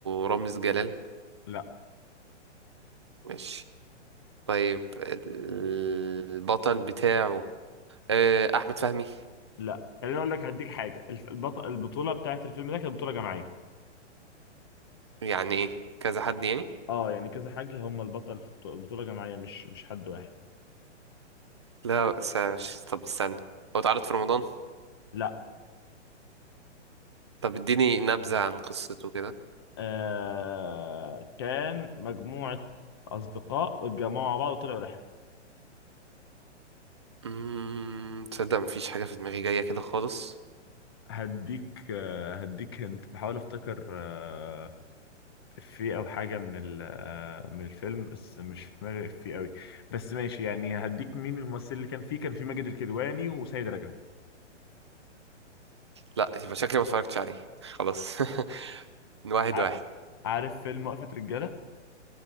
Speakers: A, on the right; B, on the left.
A: رامز جلال
B: لا
A: ماشي طيب البطل بتاعه آه، أحمد فهمي
B: لا خليني اقول لك هديك حاجه الف- البط... البطوله بتاعت الفيلم ده كانت بطوله جماعيه
A: يعني إيه كذا حد يعني
B: اه يعني كذا حاجة هم البطل في البطو- بطولة جماعية مش مش حد واحد
A: لا ساش... طب استنى هو اتعرض في رمضان
B: لا
A: طب اديني نبذة عن قصته كده
B: آه كان مجموعة أصدقاء اتجمعوا مع بعض وطلعوا رحلة
A: أمم، تصدق مفيش حاجة في دماغي جاية كده خالص
B: هديك آه هديك هنت بحاول افتكر آه في او حاجة من ال آه من الفيلم بس مش في دماغي في قوي بس ماشي يعني هديك مين الممثل اللي كان فيه كان في ماجد الكدواني وسيد رجب
A: لا يبقى شكلي ما اتفرجتش عليه خلاص <laughs> واحد
B: ع-
A: واحد
B: عارف فيلم وقفة رجالة